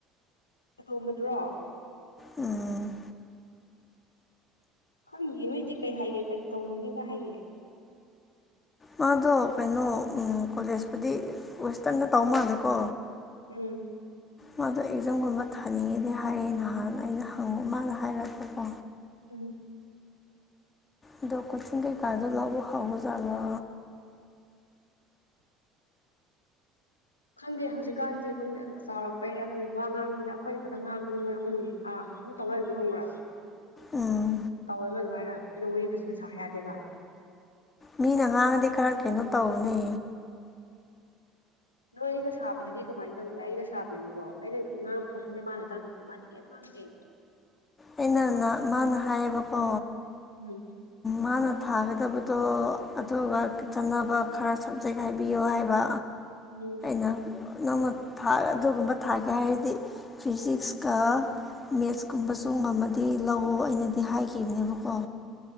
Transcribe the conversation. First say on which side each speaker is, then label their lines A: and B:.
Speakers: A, on the left; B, on the left.
A: ꯑꯇꯣꯝꯕꯗꯨꯔꯣ
B: ꯎꯝ
A: ꯈꯪꯗꯤꯌꯦ ꯅꯣꯏꯗꯤ ꯀꯩ ꯍꯥꯏꯒꯦ ꯀꯔꯤ ꯇꯧꯅꯤꯡꯉꯤꯒ ꯍꯥꯏꯒꯦ
B: ꯃꯥꯗꯣ ꯀꯩꯅꯣ ꯎꯝ ꯀꯣꯂꯦꯖꯄꯨꯗꯤ ꯋꯦꯁꯇ꯭ꯔꯟꯗ ꯇꯧ ꯃꯥꯜꯂꯦꯀꯣ
A: ꯎꯝ
B: ꯃꯥꯗꯣ ꯑꯦꯛꯖꯥꯝꯒꯨꯝꯕ ꯊꯥꯅꯤꯡꯉꯦꯗꯤ ꯍꯥꯏꯌꯦ ꯅꯍꯥꯟ ꯑꯩꯅ ꯍꯪꯉꯣ ꯃꯥꯅ ꯍꯥꯏꯔꯛꯄꯀꯣ
A: ꯎꯝ
B: ꯑꯗꯣ ꯀꯣꯆꯤꯡ ꯀꯩꯀꯥꯗꯣ ꯂꯧꯕ ꯍꯥꯎꯔꯖꯠꯂꯣ
A: ꯈꯪꯗꯦ ꯍꯧꯖꯤꯛꯀꯥꯟꯖꯦ ꯈꯪꯗꯦ ꯑꯗꯨ ꯆꯥꯎꯔꯛꯄꯩꯔꯥ ꯀꯩꯅꯣ ꯋꯥ ꯉꯥꯡꯕꯖꯤꯅ ꯑꯩꯈꯣꯏꯅ ꯈꯤꯇꯪ ꯉꯥꯡꯕꯗꯣ ꯃꯣꯏꯅ ꯎꯝ ꯑꯥ ꯎꯝ ꯇꯧꯂꯕꯗꯣ ꯈꯪꯕ꯭ꯔꯥ
B: ꯎꯝ
A: ꯇꯧꯋꯦꯕ ꯑꯗꯨꯃꯥꯏꯅ ꯑꯩꯈꯣꯏꯗꯣ ꯋꯥꯔꯤ ꯐꯖꯅ ꯁꯥ ꯌꯥꯗꯦꯕ
B: ꯃꯤꯅ ꯉꯥꯡꯉꯗꯤ ꯈꯔ ꯀꯩꯅꯣ ꯇꯧꯒꯅꯤ
A: ꯅꯣꯏꯒ ꯁꯥꯕꯗꯗꯤ ꯀꯃꯥꯏꯟ ꯇꯧꯒꯦ ꯑꯩꯒ ꯁꯥꯕꯗꯗꯤꯀꯣ ꯑꯩꯅ ꯉꯥꯡꯕ ꯈꯛꯇꯅꯦ ꯃꯥꯅ ꯇꯥꯗꯣꯏꯖꯤꯅ ꯃꯥꯗꯤ ꯀꯩꯝ ꯉꯥꯡꯗꯦ
B: ꯑꯩꯅꯅ ꯃꯥꯅ ꯍꯥꯏꯌꯦꯕꯀꯣ
A: ꯎꯝ
B: ꯃꯥꯅ ꯊꯥꯒꯗꯕꯗꯣ ꯑꯗꯨꯒ ꯆꯅꯕ ꯈꯔ ꯁꯞꯖꯦꯛ ꯍꯥꯏꯕꯤꯌꯣ ꯍꯥꯏꯕ
A: ꯎꯝ
B: ꯅꯪ ꯅꯪꯅ ꯊꯥ ꯑꯗꯨꯒꯨꯝꯕ ꯊꯥꯒꯦ ꯍꯥꯏꯔꯗꯤ ꯐꯤꯖꯤꯛꯁꯀ ꯃꯦꯠꯁꯀꯨꯝꯕꯁꯨ ꯉꯝꯃꯗꯤ ꯂꯧꯋꯣ ꯑꯩꯅꯗꯤ ꯍꯥꯏꯈꯤꯕꯅꯦꯕꯀꯣ